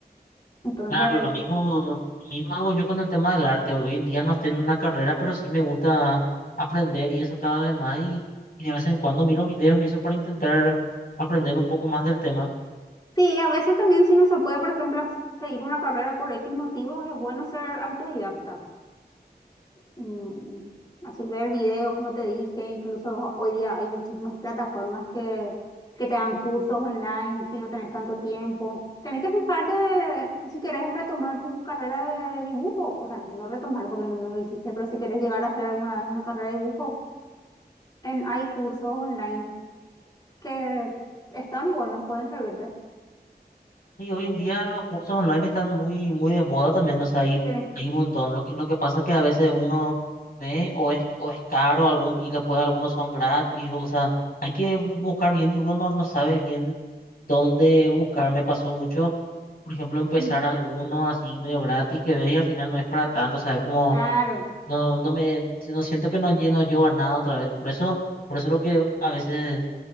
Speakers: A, on the left (about 25°); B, on the left (about 60°).
A: Entonces,
B: Claro, lo mismo, lo mismo hago yo con el tema del arte. Hoy en día no estoy en una carrera, pero sí me gusta aprender y eso cada vez más. Y, y de vez en cuando miro videos y eso para intentar aprender un poco más del tema.
A: sí, a veces también si no se puede, por ejemplo, as- seguir una carrera por X motivo, es bueno ser autodidacta. mm, así ver videos, como te dije, incluso hoy día hay muchísimas plataformas que, que te dan cursos online si no tenés tanto tiempo. Tenés que fijarte si querés retomar tu carrera de dibujo, o sea, no retomar porque no, no lo hiciste, pero si querés llegar a hacer alguna vez una carrera de dibujo, en, hay cursos online que están buenos, pueden servirte.
B: Y hoy en día los cursos online están muy, muy de moda también. O sea, hay,
A: Sí,
B: hay un montón. Lo que, lo que pasa es que a veces uno ve o es, o es caro algún, y después algunos son gratis. O sea, hay que bu- buscar bien y uno no, no sabe bien dónde buscar. Me pasó mucho por ejemplo, empezar
A: mm,
B: alguno así medio gratis que ves y al final no es para tanto, o sea, es como,
A: claro.
B: no, no me, si no siento que no lleno yo a nada otra vez. Por eso, por eso lo que a veces